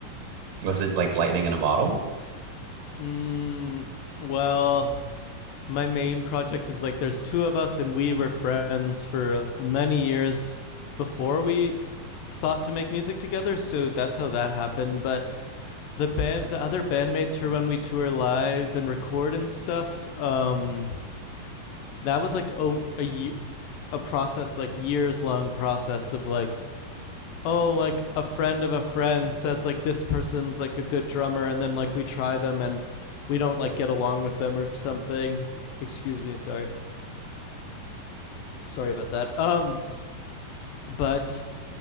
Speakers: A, on the right; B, on the left.
A: Was it like lightning in a bottle?
B: mm, well my main project is like there's two of us and we were friends for many years before we thought to make music together so that's how that happened but the band the other bandmates for when we tour live and record and stuff um that was like over a a process like years long process of like oh like a friend of a friend says like this person's like a good drummer and then like we try them and we don't like get along with them or something excuse me sorry Sorry about that. Um, but